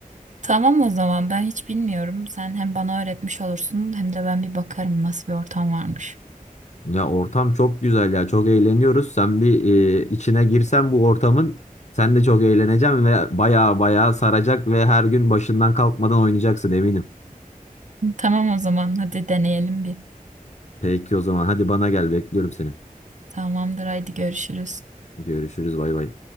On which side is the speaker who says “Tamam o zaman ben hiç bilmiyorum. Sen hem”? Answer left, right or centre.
Right